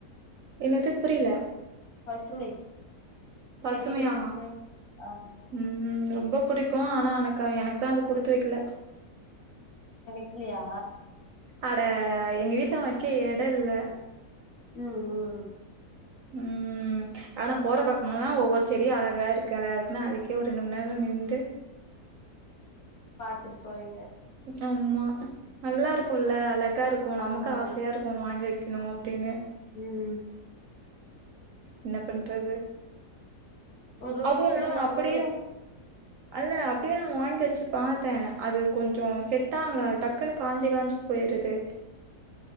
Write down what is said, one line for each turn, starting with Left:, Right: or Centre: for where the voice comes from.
Right: என்னது புரியல
Left: பசுமை.
Right: பசுமையா
Left: செடி வெக்கறது ஆ
Right: உம் உம். ரொம்ப புடிக்கு ஆனா எனக்கு எனக்கு தா அது குடுத்து வெக்கல.
Left: இல்லியா.
Right: அட எங்க வீட்டுல வெக்க எட இல்ல.
Left: உஹ்ம் உஹ்ம்.
Right: உம் ம ஆனா போற பாக்கமெல்லா ஒவ்வொரு. செடி அழகா இருக்குல னா அதுக்கே ஒரு ரெண்டு மணி நேரோ நின்டு.
Left: ட்டு போவீங்க.
Right: ஆமா நல்லா இருக்குல்ல அழக் கா இருக்கு நமக்கு
Left: ஆமா
Right: ஆசையா இருக்கு வாங்கி வைக் ணோ அப்டின்னு.
Left: உம்ம்.
Right: என்ன பண்றது.
Left: ஒரு ரோஸ்
Right: அதுவு
Left: செடில்லா
Right: இல்லாம அப்படியு
Left: கூட வச்
Right: அல்ல அப்டியே வாங்கி வச்சு பாத்தே அது கொஞ்சோ
Left: ம்
Right: செட்டாகள டக். குனு காஞ்சு காஞ்சு போயிருது.